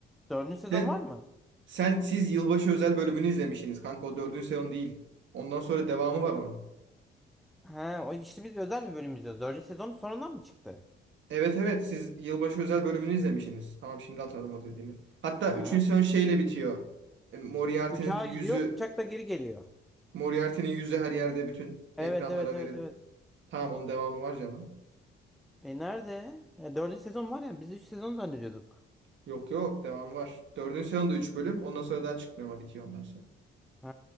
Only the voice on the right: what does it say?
De,
sen siz yılbaşı özel bölümünü izlemişsiniz kanka o dördüncü sezon değil. Ondan sonra devamı var onun.
Evet evet siz yılbaşı özel bölümünü izlemişsiniz. Tamam şimdi hatırladım o dediğini. Hatta
üçüncü sezon şeyle bitiyor. E, Moriarty'nin
yüzü
Moriarty'nin yüzü her yerde bütün
ekranlara
verilir.
Tamam onun devamı var canım.
Yok yok devamı var. Dördüncü sezon da 3 bölüm. Ondan sonra daha çıkmıyor ama bitiyor ondan sonra.